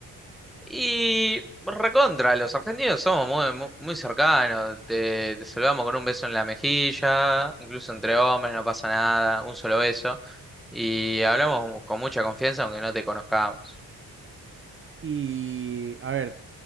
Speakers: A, in the centre; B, on the right (about 30°).
A: Y recontra, los argentinos somos muy, muy, muy cercanos, te, te saludamos con un beso en la mejilla, incluso entre hombres no pasa nada, un solo beso, y hablamos con mucha confianza aunque no te conozcamos.
B: Y a ver,